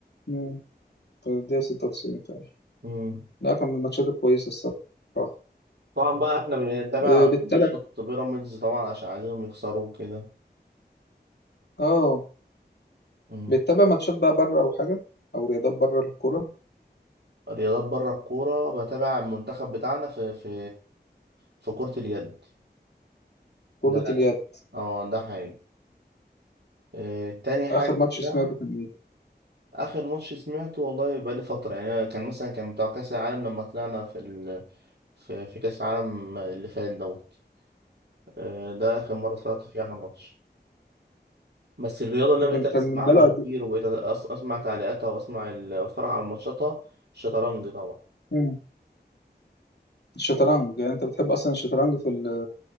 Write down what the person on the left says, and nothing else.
ضايع الدقيقة 96 فعلا
لا كان من الماتشات الكويسة الصراحة
آه، بتتابع
اه
بتتابع ماتشات بقى بره أو حاجة أو رياضات بره الكورة
كرة
اليد
آخر ماتش
سمعته كان إيه؟
كان
كان من بقاله قد
إيه؟
مم. الشطرنج يعني أنت بتحب أصلا الشطرنج في ال